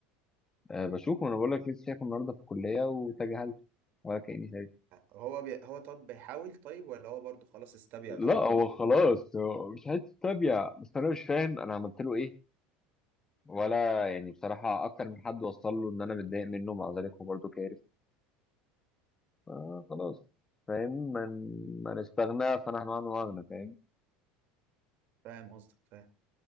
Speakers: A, on the left; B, on the right.
A: أه بشوفه أنا بقول لك لسه شايفه النهاردة في الكلية وتجاهلت ولا كأني شايف
B: هو بي... هو طب بيحاول طيب ولا هو برضو خلاص استبيع
A: لا
B: برضو
A: هو خلاص هو مش عايز تتابع بس أنا مش فاهم أنا عملت له إيه ولا يعني بصراحة أكتر من حد وصل له إن أنا متضايق منه مع ذلك هو برضه كارف آه خلاص فاهم من من استغنى فنحن عنه أغنى فاهم
B: فاهم قصدك فاهم